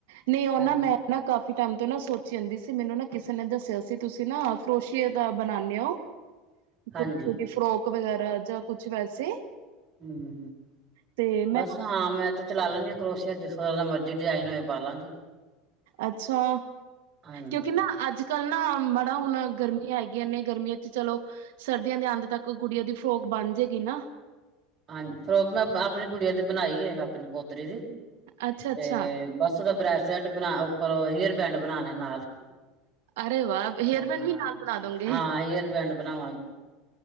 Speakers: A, on the right (about 80°); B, on the right (about 25°).
A: ਨਹੀਂ ਉਹ
B: ਹਾਂਜੀ
A: ਨਾ ਮੈਂ ਨਾ ਕਾਫੀ ਟਾਈਮ ਤੋਂ ਨਾ ਸੋਚੀ ਜਾਂਦੀ ਸੀ ਮੈਨੂੰ ਨਾ ਕਿਸੇ ਨੇ ਦੱਸਿਆ ਸੀ ਤੁਸੀਂ ਨਾ ਕਰੋਸ਼ੀਏ ਦਾ ਬਣਾਉਂਦੇ ਹੋ,
B: ਹਾਂਜੀ
A: ਛੋਟੀ ਛੋਟੀ ਫਰੋਕ ਵਗੈਰਾ ਜਾਂ ਕੁੱਛ ਵੈਸੇ
B: ਹਮ
A: ਤੇ ਮੈਂ
B: ਬੱਸ ਹਾਂ ਮੈਂ ਤੇ ਚਲਾ ਲੈਂਣੀ ਹਾਂ ਕਰੋਸ਼ੀਆ ਜਿਸ ਤਰ੍ਹਾਂ ਦਾ ਮਰਜ਼ੀ ਡਿਜ਼ਾਇਨ ਹੋਏ ਪਾਲਾਂਗੀ
A: ਅੱਛਾ
B: ਹਾਂਜੀ
A: ਕਿਉਂਕਿ ਨਾ ਅੱਜ ਕੱਲ੍ਹ ਨਾ ਮਾੜਾ ਹੁਣ ਗਰਮੀਆਂ ਹੈਗੀਆਂ ਨੇ ਗਰਮੀਆਂ ਚ ਚਲੋ ਸਰਦੀਆਂ ਦੇ ਅੰਤ ਤੱਕ ਕੁੜੀਆਂ ਦੀ ਫਰੋਕ ਬਣ ਜਾਏਗੀ ਨਾ
B: ਹਾਂਜੀ ਫਰੋਕ ਮੈਂ ਆਪਣੀ ਗੂੜੀਆਂ ਦੀ ਬਣਾਈ ਹੈ ਆਪਣੀ ਪੋਤਰੀ ਦੀ,
A: ਅੱਛਾ ਅੱਛਾ
B: ਤੇ ਬਸਦਾ ਬ੍ਰੈਸਲਟ ਬਣਾ ਉੱਪਰ ਹੇਅਰ ਬੈਂਡ ਬਣਾਣਾ ਨਾਲ
A: ਅਰੇ ਵਾਹ ਹੇਅਰ
B: ਹਾਂ-ਹਾਂ
A: ਬੈਂਡ ਵੀ ਨਾਲ ਬਣਾ ਦੋਗੇ
B: ਹੇਅਰਬੈਂਡ ਬਣਾਵਾਂਗੇ,